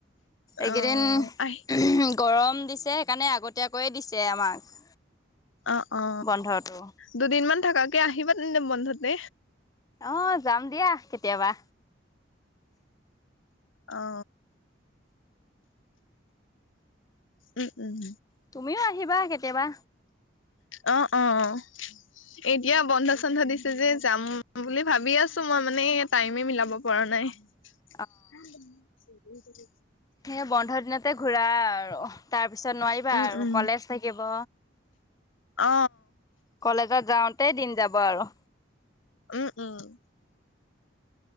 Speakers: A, on the left; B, on the left.
A: এইকেইদিন।
B: অ আহ
A: <inaudible> গৰম দিছে সেইকাৰণে আগতীয়াকৈয়ে দিছে আমাক।
B: অ অ
A: বন্ধটো
B: দুদিনমান থকাকে আহিবা তেন্তে বন্ধতে।
A: অ যাম দিয়া কেতিয়াবা।
B: অ। উম উম।
A: তুমিও আহিবা কেতিয়াবা।
B: অ অ অ এতিয়া বন্ধ চন্ধ দিছে যে যাম বুলি ভাবি আছো মই মানে টাইমে মিলাব পৰা নাই
A: <inaudible>
B: <inaudible>
A: সেই বন্ধ দিনতে ঘূৰা আৰু তাৰ পিছত নোৱাৰিবা
B: উম
A: আৰু
B: উম
A: কলেজ থাকিব
B: অ
A: কলেজত যাওঁতে দিন যাব আৰু
B: উম উম